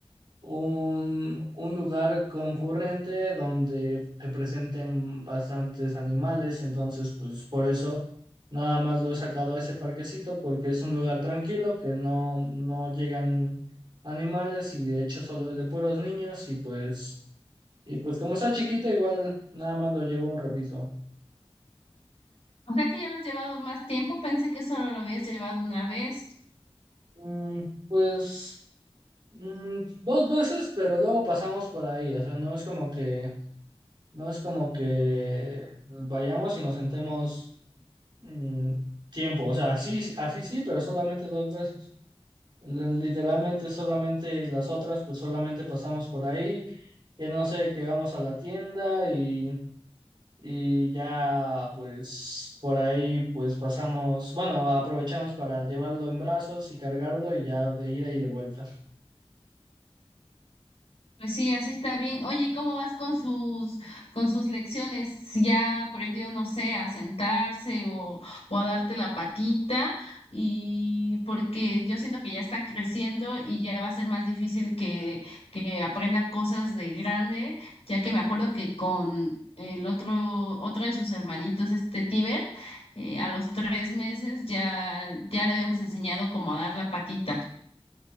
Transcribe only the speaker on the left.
O sea que ya lo has llevado más tiempo, pensé que solo lo habías llevado una vez.
Pues sí, así está bien. Oye, ¿y cómo vas con sus con sus lecciones? Si ya aprendió, no sé, a sentarse o, o a darte la patita, y porque yo siento que ya está creciendo y ya va a ser más difícil que, que aprenda cosas de grande, ya que me acuerdo que con el otro, otro de sus hermanitos, este Tiber, eh, a los tres meses ya, ya le habíamos enseñado cómo a dar la patita.